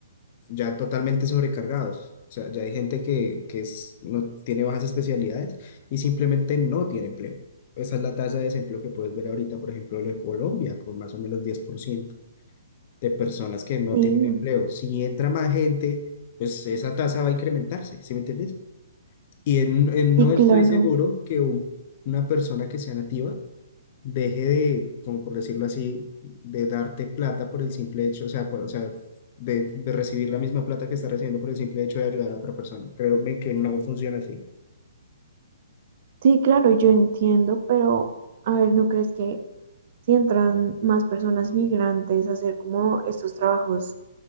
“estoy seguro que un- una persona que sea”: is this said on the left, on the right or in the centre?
Left